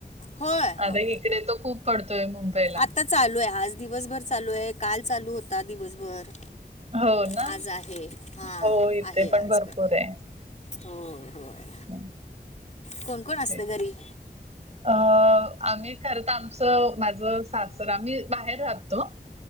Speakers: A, on the left; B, on the right.
A: होय होय
B: आता इकडे तो खूप पडतोय मुंबईला
A: आत्ता चालू आहे आज दिवसभर चालू आहे काल चालू होता दिवसभर
B: हो ना
A: आज आहे हां
B: हो इथे
A: आहे
B: पण
A: आज
B: भरपूर आहे.
A: होय होय
B: हं,
A: कोण कोण असत
B: तेच
A: घरी
B: अ आम्ही खरं तर आमचं माझं सासर आम्ही बाहेर राहतो